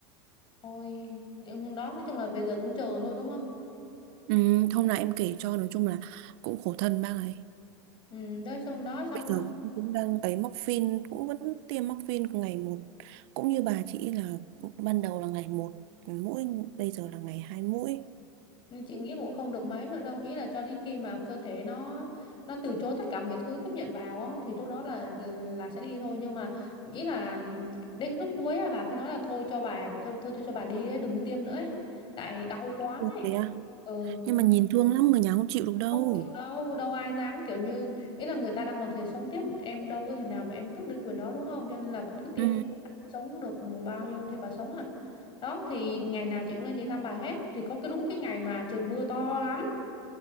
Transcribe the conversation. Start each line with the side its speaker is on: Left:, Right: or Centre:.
Left: ôi nhưng đó nói chung là bây giờ cũng chờ thôi đúng không
Right: ừ, hôm nào em kể cho nói chung là cũng khổ thân bác ấy
Left: Ừ, tới xong đó xong
Right: bây giờ cũng cũng đang ấy móc phin cũng vẫn tiêm móc phin ngày một cũng như bà chị là ban đầu là ngày một mũi bây giờ là ngày hai mũi
Left: chuyện giấc cũng không được mấy nữa đâu ý là cho đến khi mà cơ thể nó nó từ chối tất cả mọi thứ tiếp nhận vào á, thì lúc đó là là sẽ đi thôi nhưng mà ý là đến cái lúc cuối á, bà cứ nói là thôi cho bà thôi thôi cho, cho bà đi ấy, đừng có tiêm nữa ấy. tại đau quá
Right: Ừ,
Left: ấy.
Right: thế à?
Left: Ừ,
Right: nhưng mà nhìn thương lắm người nhà không chịu được đâu
Left: không chịu đâu đâu ai dám kiểu như ý là người ta đang còn thể sống tiếp em đâu có thể nào mà em tước đi quyền đó đúng không cho nên là vẫn cứ tiêm
Right: Ừ.
Left: sống được bao nhiêu thì bà sống à đó thì ngày nào chị cũng lên chị thăm bà hết thì có cái đúng cái ngày mà trời mưa to lắm